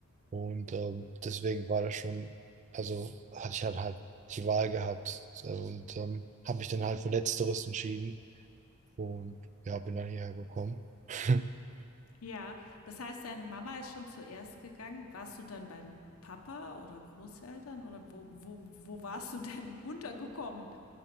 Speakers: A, on the right (about 35°); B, on the left (about 80°).
A: Und ähm, deswegen war das schon, also hatte ich halt halt die Wahl gehabt äh, und ähm, habe mich dann halt für Letzteres entschieden und ja, bin dann hierher gekommen. <laughs>
B: Ja, das heißt, deine Mama ist schon zuerst gegangen. Warst du dann beim Papa oder Großeltern oder wo wo wo warst du denn <laughs> untergekommen